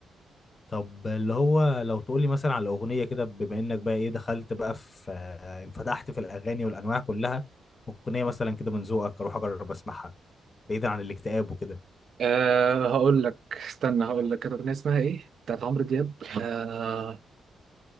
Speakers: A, on the left; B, on the right.
A: طب اللي هو لو تقولي مثلا على أغنية كده بما إنك بقى إيه دخلت بقى في آه، انفتحت في الأغاني والأنواع كلها أغنية مثلا كده من ذوقك أروح أجرب أسمعها بعيدا عن الاكتئاب وكده
B: أه هقول لك استنى هقول لك كانت اغنيه اسمها ايه بتاعت عمرو دياب أه